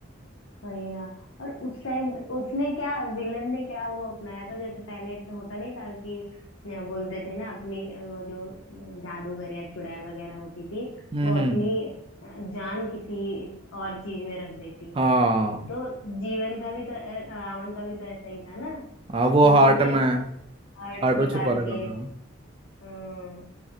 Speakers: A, on the left; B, on the right.
A: वही ना और उस टाइम उसने क्या विलन ने क्या वो अपनाया था जैसे पहले इतना होता नहीं था कि अ, बोलते थे ना अपनी अ, वो जो अ, जादूगर या चुड़ैल वगैरह होती थी
B: हम्म
A: वो अपनी
B: हम्म
A: अ, जान किसी और चीज में रख देती
B: हाँ
A: है तो जीवन का भी तो अ, रावण का भी तो ऐसा ही था ना
B: हाँ वो
A: कि
B: हार्ट
A: वो भी
B: में
A: अपना हार्ट
B: हार्ट
A: निकाल
B: में छुपा रखा
A: के
B: था
A: अ,